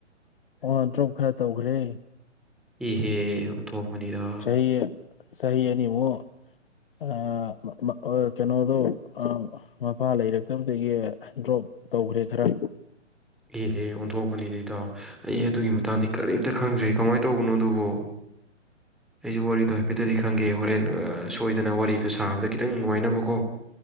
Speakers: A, on the left; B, in the centre.
A: ꯑꯣ ꯗ꯭ꯔꯣꯞ ꯈꯔ ꯇꯧꯒ꯭ꯔꯦ
B: ꯏꯍꯦ ꯑꯣꯟꯊꯣꯛ ꯄꯅꯤꯗ
A: ꯆꯍꯤ ꯆꯍꯤ ꯑꯅꯤ ꯃꯨꯛ ꯑꯥ <unintelligible> ꯀꯩꯅꯣꯗꯣ ꯑ ꯃꯄꯥ ꯂꯩꯔꯛꯇꯕꯗꯒꯤ ꯗ꯭ꯔꯣꯞ ꯇꯧꯒ꯭ꯔꯦ ꯈꯔ
B: ꯏꯍꯦ ꯑꯣꯟꯊꯣꯛꯄꯅꯤꯗ ꯏꯇꯥꯎ ꯑꯩ <unintelligible> ꯀꯔꯤꯝꯇ ꯈꯪꯗ꯭ꯔꯦ ꯀꯃꯥꯏ ꯇꯧꯕꯅꯣ ꯑꯗꯨꯕꯣ ꯑꯩꯁꯨ ꯋꯥꯔꯤꯗꯣ ꯈꯤꯇꯗꯤ ꯈꯪꯒꯦ ꯍꯧꯔꯦꯟ ꯁꯣꯏꯗꯅ ꯋꯥꯔꯤꯗꯣ ꯁꯥꯕꯗ ꯈꯤꯇꯪ ꯅꯨꯉꯥꯏꯅꯕ ꯀꯣ